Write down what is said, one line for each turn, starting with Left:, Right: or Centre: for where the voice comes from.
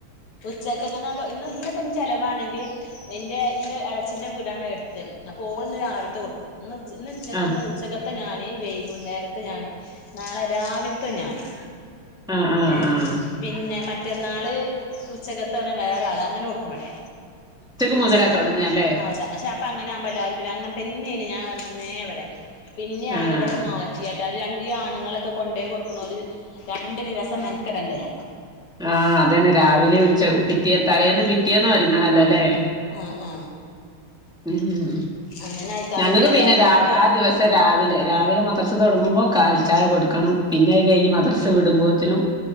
Left: ഉച്ചക്കങ്ങനാട്ടോ ഇന്ന് ഇന്ന് പ്പൊ ഇന്ന് ചെലവാണെങ്കിൽ എന്റെ നിന്റെ എളയേച്ചീന്റെ വീടാണ് അടുത്ത് അപ്പൊ ഓളിന്ന് രാവിലത്തെ കൊടുക്കും ഇന്ന് ന്ന് ഇന്ന് ഉച്ചക്കന്ന്
Centre: ആഹ്
Left: ഉച്ചക്ക പ്പ ഞാന് വൈകൂന്നേരത്തെ ഞാന് നാളെ രാവിലത്തും ഞാന്
Centre: ആഹ് ആഹ്
Left: ഏ
Centre: ആഹ്
Left: പിന്നെ മറ്റന്നാള് ഉച്ചകത്തെന്നെ വേറെ ആൾ അങ്ങനെ കൊടുക്കും വടെ ഉച്ചക്ക്
Centre: മുതലാ തുടങ്ങല്ലേ
Left: ആ പക്ഷെ അപ്പ അങ്ങനെ ആവുമ്പല്ലാരും പിന്നെ അങ്ങനെതന്നെ <unintelligible> ന്നേ വിടെ പിന്നെയാണ്
Centre: ആഹ്
Left: ഇവിടെ മാറ്റി <unintelligible> ഈ ആണുങ്ങളൊക്കെ കൊണ്ടയ്കൊടുക്ക്ണോല് രണ്ടു ദിവസം മെൻക്കടണ്ടേ
Centre: ആ അത് തന്നെ രാവിലെ ഉച്ച പിറ്റേ തലേന്നും പി റ്റേന്നും ഒരുങ്ങണല്ലോല്ലേ
Left: ആ ആ
Centre: ഉം
Left: അങ്ങനെ ആയിക്കാണ്ട്
Centre: ഞങ്ങക്ക് പിന്നെ
Left: എല്ലാരും പിന്നെ
Centre: ആ ദിവസം രാവിലെ രാവിലെ മദ്രസ് തുടങ്ങുമ്പോ കാൽ ചായ കൊടുക്കണം പിന്നെ അത് കഴിഞ്ഞ് മദ്രസ വിടുമ്പോത്തിനും